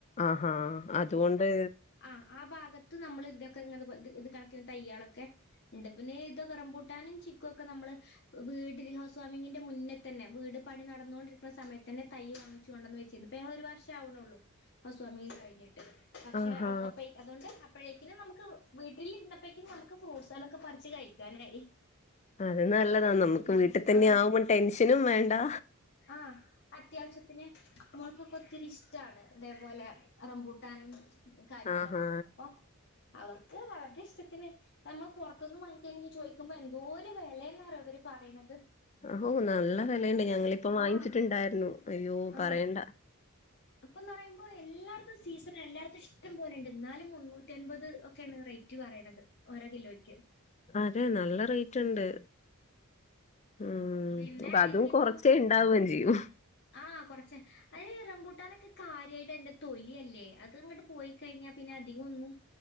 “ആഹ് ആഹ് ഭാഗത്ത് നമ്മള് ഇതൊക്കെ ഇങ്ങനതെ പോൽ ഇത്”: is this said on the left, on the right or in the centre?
Left